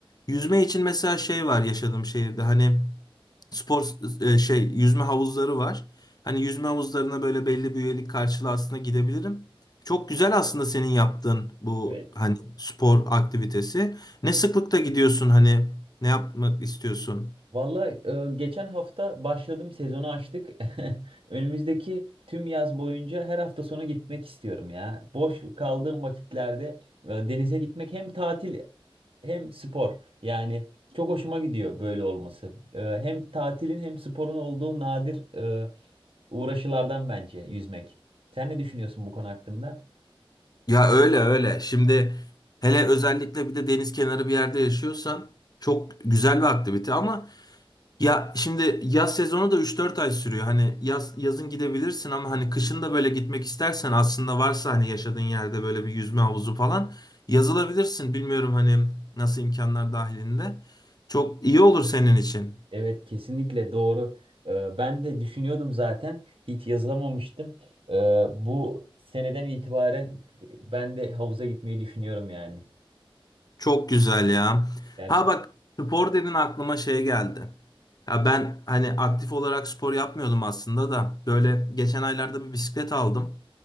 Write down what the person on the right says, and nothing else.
Evet.
Valla geçen hafta başladım sezonu açtık. <laughs> Önümüzdeki tüm yaz boyunca her hafta sonu gitmek istiyorum ya. Boş kaldığım vakitlerde e, denize gitmek hem tatil hem spor. Yani çok hoşuma gidiyor böyle olması. E, hem tatilin hem sporun olduğu nadir e, uğraşılardan bence yüzmek. Sen ne düşünüyorsun bu konu hakkında?
Evet kesinlikle doğru. Ee, Ben de düşünüyordum zaten hiç yazılamamıştım. Ee, Bu seneden itibaren ben de havuza gitmeyi düşünüyorum yani.
Gerçekten.